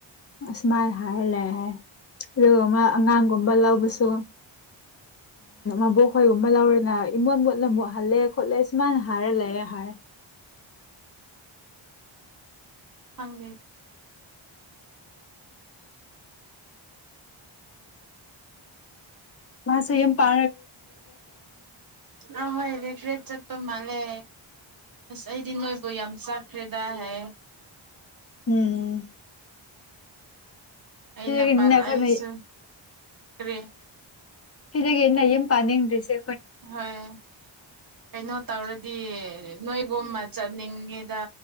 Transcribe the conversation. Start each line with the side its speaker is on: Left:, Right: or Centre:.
Left: ꯑꯁꯃꯜ ꯍꯔꯂ ꯎ ꯑꯗꯨ ꯑꯃ ꯑꯉꯥꯡꯒꯨꯝꯕ ꯂꯧꯕꯁꯨ ꯎꯝꯣꯛ ꯍꯣꯏꯒꯨꯝꯕ ꯂꯥꯎꯔꯦ ꯏꯃꯣꯠ ꯃꯣꯠꯅ ꯑꯃꯨꯛ ꯍꯜꯂꯦ ꯈꯣꯠꯂꯦ ꯁꯨꯃꯥꯏꯅ ꯍꯥꯏꯔ ꯂꯩꯔꯦ ꯍꯥꯏꯔꯦ
Right: ꯍꯪ
Left: ꯃꯥꯁꯨ ꯌꯥꯝ ꯄꯥ
Right: ꯑ ꯍꯣꯏ ꯔꯤꯒ꯭ꯔꯠ ꯆꯠ ꯆꯠꯄ ꯃꯥꯜꯂꯦ ꯑꯁ ꯑꯩꯗꯤ ꯅꯣꯏꯕꯨ ꯌꯥꯝ ꯆꯥꯛꯈ꯭ꯔꯦꯗ ꯍꯥꯏ꯫
Left: ꯎꯝ꯫
Right: ꯑꯩꯅ
Left: ꯁꯤꯗꯒꯤꯅꯤꯅ
Right: ꯄꯥꯜꯑꯥꯏꯁꯨ
Left: ꯑꯩꯈꯣꯏꯅ
Right: ꯀꯔꯤ
Left: ꯁꯤꯗꯒꯤ ꯑꯩꯅ ꯌꯨꯝ ꯄꯥꯅꯤꯡꯗꯔꯤꯁꯦ꯫
Right: ꯍꯣꯏ꯫ <unintelligible> ꯀꯩꯅꯣ ꯇꯧꯔꯗꯤ ꯅꯣꯏꯒꯨꯅ ꯆꯠꯅꯤꯡꯉꯤꯗ꯫